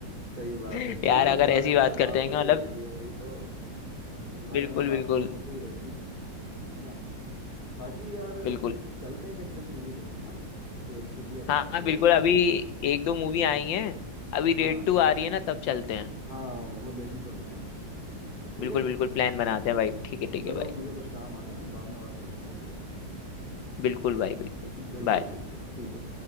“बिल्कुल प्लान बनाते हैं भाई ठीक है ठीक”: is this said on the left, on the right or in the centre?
Left